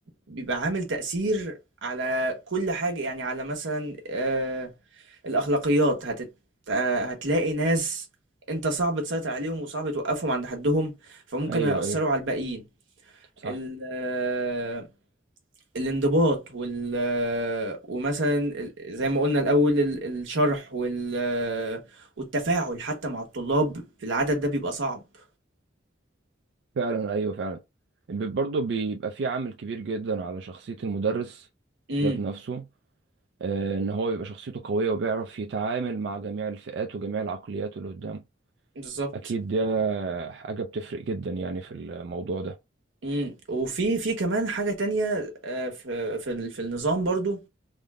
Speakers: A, on the right; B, on the right.
A: بيبقى عامل تاثير على كل حاجه يعني على مثلا آه الاخلاقيات هتت... آه هتلاقي ناس انت صعب تسيطر عليهم وصعب توقفهم عند حدهم فممكن
B: ايوه
A: هيأثروا
B: ايوه
A: على الباقيين
B: صح
A: ال... آه الانضباط وال آه، ومثلا ال- زي ما قلنا الاول ال- الشرح وال آه، والتفاعل حتى مع الطلاب في العدد ده بيبقى صعب
B: فعلا ايوه فعلا برضه بيبقى في عامل كبير جدا على شخصية المدرس
A: امم
B: ذات نفسه آه، ان هو يبقى شخصيته قوية وبيعرف يتعامل مع جميع الفئات وجميع العقليات اللي قدامه
A: بالظبط
B: اكيد دي حاجة بتفرق جدا يعني في الموضوع ده
A: امم وفي في كمان حاجة تانية آه، في في ال- في النظام برضو